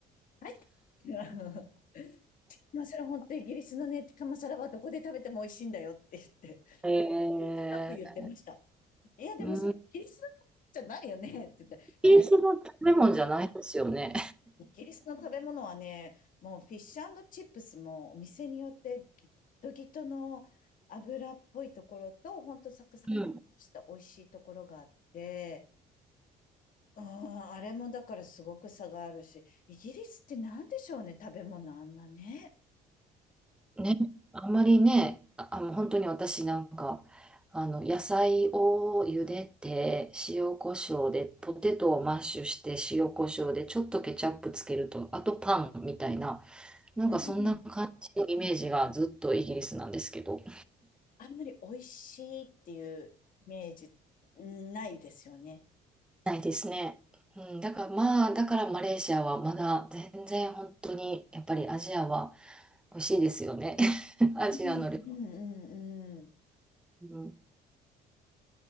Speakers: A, on the left; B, in the centre.
A: はい <laughs> まあ、<laughs> そ本当イギリスのね、ティカマサラはどこで食べても美味しいんだよって言って、
B: え
A: 高く言ってました。いや、でもそれイギリスのじゃないよねって言ったら、
B: ー、うん、イ
A: いや、
B: ギリスの食べ物じゃないですよね。
A: イギリスの食べ物はね、もうフィッシュチップスもお店によってギットギトの油っぽいところと、本当サクサクした美味しいところがあって、
B: うん。
A: ああ、あれもだからすごく差があるし、イギリスって何でしょうね、食べ物あんなね。
B: ね、あんまりね、あ、あの本当に私なんか、あの、野菜を茹でて、塩コショウで、ポテトをマッシュして、塩コショウで、ちょっとケチャップつけると、あとパンみたいな、なんかそんな感じのイメージがずっとイギリスなんですけど、
A: うん。あんまり美味しいっていうイメージないですよね。
B: ないですね。うん、だからまあ、だからマレーシアはまだ全然本当に、やっぱりアジアは美味しいですよね。<laughs> アジアの料
A: うんうんう
B: 理。